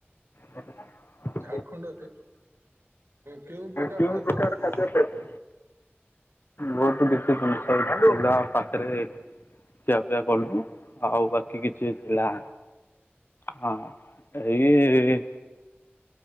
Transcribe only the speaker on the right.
ଝାଡ଼ଖଣ୍ଡରେ କେଉଁ
ଖାଦ୍ୟ
ଖାଇଲେ?